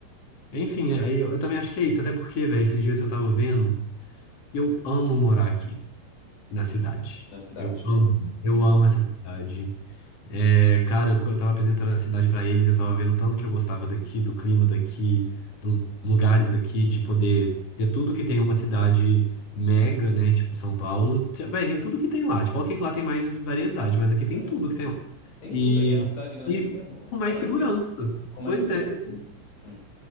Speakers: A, on the left (about 40°); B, on the left (about 75°).
A: enfim, aí eu, eu também acho que é isso, até porque, velho, esses dias eu tava vendo, eu amo morar aqui na cidade.
B: Na cidade,
A: Eu
B: né?
A: amo, eu
B: Uhum.
A: amo essa cidade. É, cara, quando eu tava apresentando a cidade pra eles, eu tava vendo tanto que eu gostava daqui, do clima daqui, dos lugares daqui, de poder ter tudo que tem uma cidade mega, né? Tipo São Paulo, Te- vai, tem tudo que tem lá. Tipo, ok, que lá tem mais variedade, mas aqui tem
B: É.
A: tudo que tem lá.
B: Tem
A: E,
B: tudo. Aqui é uma cidade grande
A: e
B: super boa,
A: com mais
B: e tranquila,
A: segurança.
B: com mais
A: Pois
B: segurança.
A: é, e,
B: Uhum.